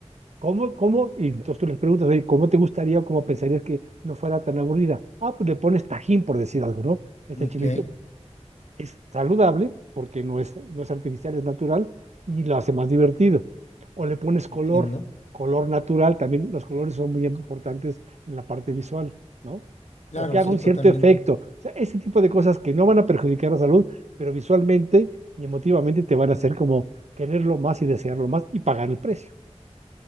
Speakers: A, on the right; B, on the left.
A: ¿Cómo, cómo? Y entonces tú les preguntas, oye, ¿cómo te gustaría o cómo pensarías que no fuera tan aburrida? Ah, pues le pones tajín, por decir algo, ¿no? Este
B: ujú,
A: chilito
B: Ok,
A: es saludable porque no es, no es artificial, es natural y lo hace más divertido. O le pones color,
B: entiendo.
A: color natural, también los colores son muy importantes en la parte visual, ¿no?
B: Claro,
A: O que haga
B: sí,
A: un
B: totalmente.
A: cierto efecto. O sea, ese tipo de cosas que no van a perjudicar la salud, pero visualmente y emotivamente te van a hacer como quererlo más y desearlo más y pagar el precio.